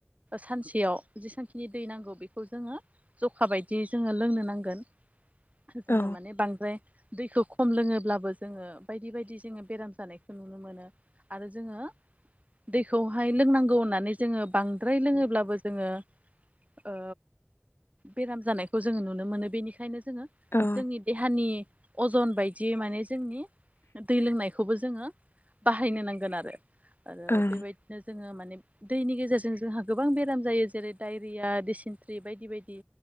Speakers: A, on the right; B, on the left.
A: सानसेयाव जेसेबांखिनि दै नांगौ बेखौ जोङो जखा बायदियै जोङो लोंनो नांगोन। जोङो
B: औ
A: माने बांद्राय दैखौ खम लोङोब्लाबो जोङो बायदि बायदि जोङो बेराम जानायखौ नुनो मोनो आरो जोङो दैखौहाय लोंनांगौ होननानै जोङो बांद्राय लोङोब्लाबो जोङो ओ बेराम जानायखौ जोङो नुनो मोनो बेनिखायनो जोङो
B: औ
A: जोंनि देहानि अजन बायदि माने जोंनि दै लोंनायखौबो जोङो बाहायनो नांगोन आरो आरो
B: ओं
A: बेबायदिनो जोङो माने दैनि गेजेरजों जोंहा गोबां बेराम जायो जेरै डायरिया डिसिनट्रि बायदि बायदि